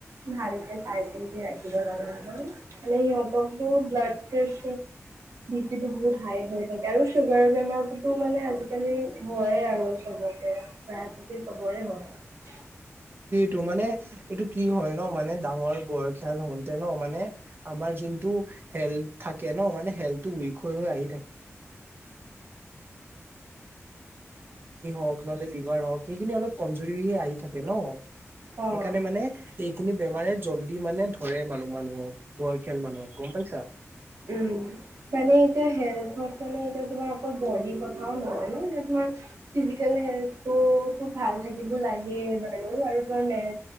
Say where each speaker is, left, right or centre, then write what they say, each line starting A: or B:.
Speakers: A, on the right; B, on the right.
A: ভালকে চাই ৰাখিব মানে সিহঁতকো ব্লাড প্ৰেচ টো বহুত হাই হৈ থাকে আৰু চুগাৰ বেমাৰতোত মানে আজিকালি হয়ে আৰু চবকে প্ৰায় প্ৰতিতি চবৰে হয়
B: টো মানে এইটো কি হয় ন মানে ডাঙৰ খ হ ন মানে আমাৰ যোনটো হেল থাকে ন মানে হেলটো উইক হৈ <unintelligible> সেইখিনি অলপ কমজুৰিহে আহি থাকে ন
A: অ
B: সেইকাৰণে মানে এইখিনি বেমাৰে জল্দি মানে ধৰে মানুহ মানুহক বয়সীয়াল মানুহক গম পাইছা
A: উম মানে এতিয়া হেল মানে এয়া তোমাৰ অকল বডিৰ কথাও নহয় ন এতিয়া তোমাৰ ফিজিকেল হেল্থটো ত ভাল থাকিব লাগে বাৰু আৰু তাৰ মেেল